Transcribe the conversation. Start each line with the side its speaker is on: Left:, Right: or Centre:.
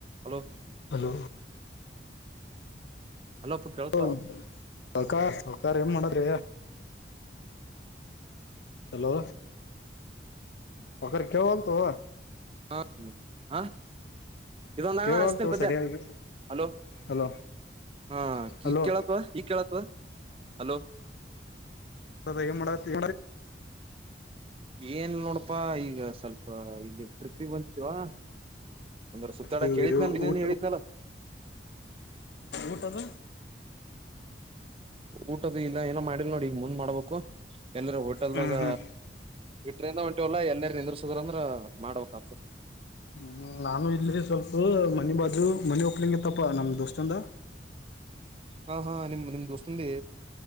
Right: hello
Left: hello
Right: ಹಲೋಪ್ಪ ಕೇಳ್ತದ
Left: ಹ ಸಕಾರ ಸಹಕಾರ ಏನ್ ಮಾಡದ್ರ ಹಲೋ ವಕರಿ ಕೇಳಒಲತ್ತೋ
Right: ಹಾ ಆ ಇದೊಂದ ಅಂಗಣ
Left: ಕೇಳವಲ್ತು
Right: ಹಸ್ತೇನ ಪದ್ಯ
Left: ಸರಿಯಾಗಿ
Right: ಹಲೋ
Left: ಹಲೋ
Right: ಹಾ
Left: ಹಲೋ
Right: ಈ ಕೇಳತ್ವಾ ಈ ಕೇಳತ್ವಾ ಹಲೋ
Left: ಅ ಮಾಡತ್ತಿ
Right: ಏನ್ ನೋಡಪಾ ಈಗ ಸ್ವಲ್ಪ ಇಲ್ಲಿ ಟ್ರಿಪ್ಪಿಗೆ ಬಂದಿದ್ವಾ ಒಂದರು ಸುತ್ತಾಡಕ್
Left: ಮಾಡ್ಯ
Right: ಹೇಳಿದನ ನೀನ್ನೇನ್
Left: ಊಟ
Right: ಹೇಳಿದಲ್ಲ
Left: ಊಟದ
Right: ಊಟದ ಇಲ್ಲ ಏನೋ ಮಾಡಲ್ ನೋಡ ಈಗ ಮುಂದ್ ಮಾಡ್ಬೇಕು ಎಲ್ಲರೂ ಹೋಟೆಲ್ದಾಗ
Left: ಹ್ಮ್ ಹ್ಮ್
Right: ಟ್ರೈನಗ ಹೊಂಟಿವಲ್ಲ ಎಲ್ಲರ್ ನಿಂದ್ರ ಸಿದರ ಅಂದ್ರ ಮಾಡಬಕ್ ಆತ
Left: ಹ್ಮ ನಾನು ಇಲ್ಲಿ ಸ್ವಲ್ಪ ಮನಿ ಬಾಜು ಮನಿ ಓಪಲಿಂಗ್ ಇತ್ತಪ್ಪಾ ನಮ್ ದೋಸ್ತ ಅಂದ
Right: ಹ ಹಾ ನಿಮ್ಮ್ ನಿಮ್ ದೋಸ್ತದ ಲೇ